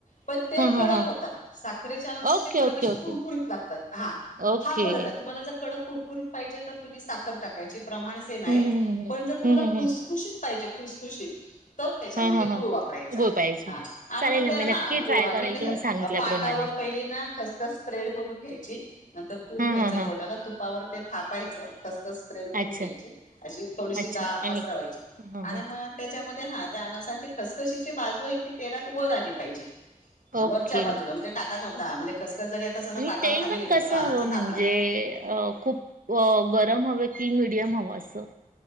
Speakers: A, on the left; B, on the right.
A: पण ते
B: ह
A: कडक
B: ह ह
A: होतात साखरेचे अनारसे
B: ओके
A: असे कडक
B: ओके
A: असे
B: ओके
A: कुरकुरीत लागतात हां
B: ओके
A: -हा फरक आहे तुम्हाला जर कडक कुरकुरीत पाहिजे तर तुम्ही साखर टाका त्याचे प्रमाण सेम आहे
B: हम्म हम्म हम्म हम्म
A: पण जर तुम्हाला
B: हम्म हम्म.
A: खुशखुशीत पाहिजे खुशखुशीत तर त्याच्यामध्ये
B: हा हा हा
A: गुळ वापरायचा
B: गुळ पाहिजे
A: हा आणि
B: चालेल
A: मग
B: ना
A: ते
B: मी नक्की
A: हा
B: ट्राय करेल
A: मी
B: तुम्ही सांगितल्याप्रमाणे
A: पाटावर पहिली ना खसखस स्प्रेड करून घ्यायची नंतर तूप
B: हा
A: घ्यायचं
B: हा हा
A: बोटाला तुपावर ते थापायचं ख <inaudible> स्प्रेड करून
B: अच्छा
A: घ्यायची अशी थोडीशी
B: अच्छा
A: <unintelligible>
B: आणि
A: पसरवायची
B: हा
A: आणि
B: हा
A: मग आणि हां त्या खसखशीची बाजू आहे ती तेलात वर आली पाहिजे हं
B: ओके
A: वरच्या बाजूला म्हणजे <unintelligible> <unintelligible> समजा
B: आणि
A: पाटावर
B: तेल
A: खाली
B: पण
A: घेतल्या
B: कसं
A: तो अनाचा
B: हवं म्हणजे-
A: थापला
B: खूप गरम हव की मीडियम हवं असं